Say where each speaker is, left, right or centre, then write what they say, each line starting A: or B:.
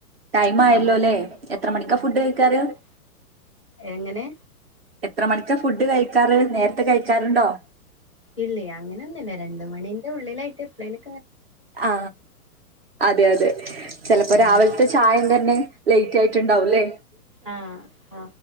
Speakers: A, on the right; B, on the left.
A: ടൈം
B: ആഹ്
A: ആയല്ലോ ല്ലെ എത്ര
B: ഉം
A: മണിക്കാ ഫുഡ് കയിക്കാറ്
B: കഴി- എങ്ങനെ
A: എത്ര മണി ക്കാ ഫുഡ് കഴയിക്കാറ്. നേരത്തെ കയിച്ചാറുണ്ടോ?
B: ഇല്ലേ അങ്ങനെ ഒന്നുല്ല രണ്ട് മണിന്റെ ഉള്ളിലായിട്ട് എപ്ലേലും
A: ആ അതെ അതെ ചെലപ്പം
B: ആഹ്
A: രാവിലത്തെ ചായം തന്നെ ലേറ്റ് ആയിട്ടുണ്ടാവൂല്ലേ.
B: ആ ആ